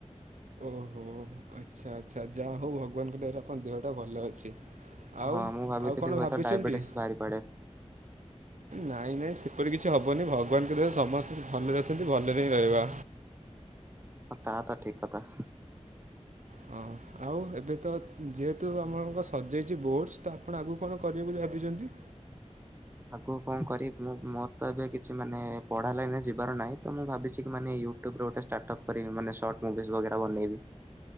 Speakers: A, on the right; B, on the right.
A: ଓହୋ ଆଚ୍ଛା ଆଚ୍ଛା ଯାହଉ ଭଗବାନଙ୍କ ଦୟାରୁ ଆପଣ ଦେହଟା ଭଲ ଅଛି। ଆଉ
B: ହଁ ମୁଁ ଭାବିଥିଲି
A: ଆଉ କଣ
B: ହୁଏତ
A: ଭାବିଛନ୍ତି?
B: ଡାଇବେଟିସ୍ ବାହାରି ପଡେ
A: ନାଇଁ ନାଇଁ ସେପଟେ କିଛି ହବନି ଭଗବାନଙ୍କ ଦୟାରୁ ସମସ୍ତେ ଭଲରେ ଅଛନ୍ତି ଭଲରେ ହିଁ ରହିବା।
B: ଅ ତା ତ ଠିକ୍ କଥା।
A: ହଁ ଆଉ ଏବେ ତ ଯେହେତୁ ଆମମାନଙ୍କ ସଜେଇଛି ବୋଟସ୍, ତ ଆପଣ ଆଗକୁ କଣ କରିବେ ବୋଲି ଭାବିଛନ୍ତି?
B: ଆଗକୁ କଣ କରିବି ମୁଁ ମୋର ତ ଏବେ କିଛି ମାନେ ପଢା ଲାଇନରେ ଯିବାର ନାହିଁ, ତ ମୁଁ ଭାବିଛି କି ମାନେ ୟୁ ୟୁଟ୍ୟୁବରୁ ଗୋଟେ ଷ୍ଟାର୍ଟପ କରିବି ମାନେ ସର୍ଟ ମୁଭିଜ୍ ବଗେରା ବନେଇବି।